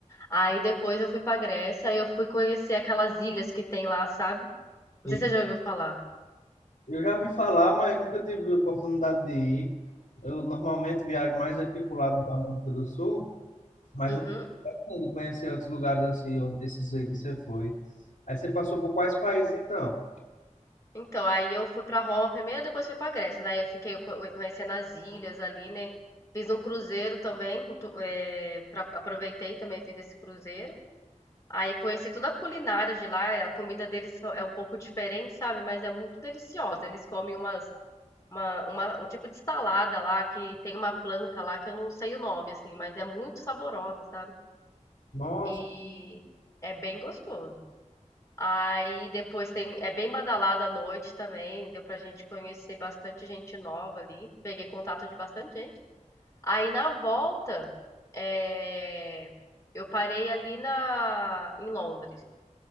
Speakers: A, on the left; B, on the left.
A: Aí depois eu fui pra Grécia, aí eu fui conhecer aquelas ilhas que tem lá, sabe? Não
B: E
A: sei se você já ouviu falar.
B: Eu já ouvi falar, mas nunca tive a oportunidade de ir. Eu normalmente viajo mais aqui pro lado da América do Sul, mas
A: Uhum.
B: eu pretendo conhecer outros lugares assim, onde- desses aí que você foi. Aí você passou por quais países então?
A: Então, aí eu fui pra Roma primeiro, depois fui pra Grécia. Daí eu fiquei co- conhecendo as ilhas ali, né? Fiz um cruzeiro também, tu- é, pra- aproveitei também, fiz esse cruzeiro. Aí conheci toda a culinária de lá, a comida deles só- é um pouco diferente, sabe? Mas é muito deliciosa. Eles comem umas, uma, uma- um tipo de salada lá, que tem uma planta lá que eu não sei o nome, assim, mas é muito saborosa, sabe?
B: Nossa,
A: E é bem gostoso. Aí depois tem, é bem badalada à noite também, deu pra gente conhecer bastante gente nova ali. Peguei contato de bastante gente. Aí na volta, é, eu parei ali na, em Londres.